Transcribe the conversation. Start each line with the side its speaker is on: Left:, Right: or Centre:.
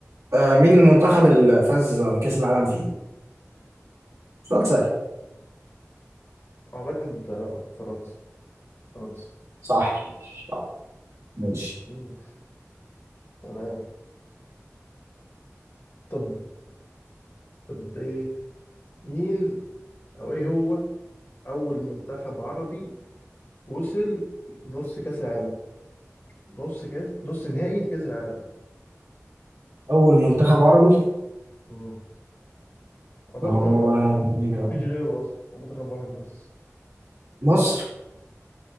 Right: آه مين
Left: مم.
Right: المنتخب اللي فاز بكأس العالم فيه؟ سؤال سهل
Left: أعتقد ده فرنسا فرنسا
Right: صح صح. ماشي
Left: مم، تمام طب طب إيه مين أو إيه هو أول منتخب عربي وصل نص كأس العالم نص كأس نص نهائي لكأس العالم
Right: أول منتخب عربي
Left: مم. يعتبر
Right: هو مين يا رب؟
Left: مفيش غيره اصلا هو منتخب واحد بس
Right: مصر